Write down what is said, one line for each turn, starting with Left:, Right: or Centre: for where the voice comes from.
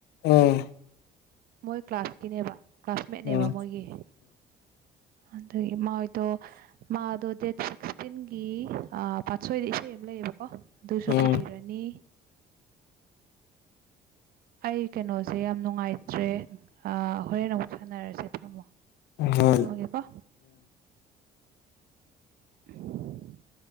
Left: ꯎꯝ
Right: ꯃꯣꯏ ꯀ꯭ꯂꯥꯁꯀꯤꯅꯦꯕ ꯀ꯭ꯂꯥꯁꯃꯦꯠꯅꯦꯕ
Left: ꯎꯝ
Right: ꯃꯣꯏꯒꯤ ꯑꯗ ꯏꯃ ꯍꯗꯣ ꯃꯥꯗꯣ ꯗꯦꯠ ꯁꯤꯛꯁꯇꯤꯟꯒꯤ ꯄꯥꯠꯁꯣꯏꯗ ꯏꯁꯩ ꯑꯃ ꯂꯩꯌꯦꯕꯀꯣ ꯀꯣ ꯑꯗꯨꯁꯨ
Left: ꯎꯝ
Right: ꯄꯨꯕꯤꯔꯅꯤ ꯑꯩ ꯀꯩꯅꯣꯁꯦ ꯌꯥꯝ ꯅꯨꯡꯉꯥꯏꯇ꯭ꯔꯦ ꯍꯣꯔꯦꯟ ꯑꯃꯨꯛ ꯁꯥꯟꯅꯔꯁꯦ ꯊꯝꯃꯣ
Left: ꯍ
Right: ꯒꯦꯀꯣ <inaudible>